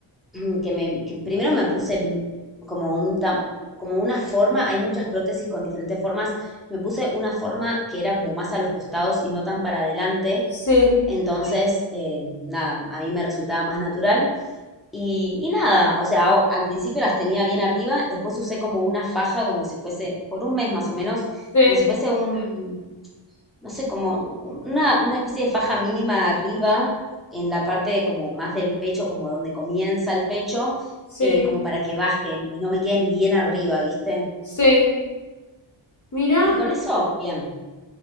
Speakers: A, in the centre; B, on the left.
A: <clears throat> que me, que primero me puse como un tam- como una forma, hay muchas prótesis con diferentes formas, me puse una forma que era como más a los costados y no tan para adelante,
B: Sí,
A: entonces eh, nada, a mí me resultaba más natural y, y nada, o sea, o- al principio las tenía bien arriba, después usé como una faja, como si fuese, por un mes más o menos,
B: sí,
A: como si fuese un, no sé, como una, una especie de faja mínima arriba, en la parte como más del pecho, como donde comienza el pecho,
B: sí,
A: eh, como para que bajen y no me queden bien arriba, ¿viste?
B: sí. Mirá,
A: Y con eso, bien.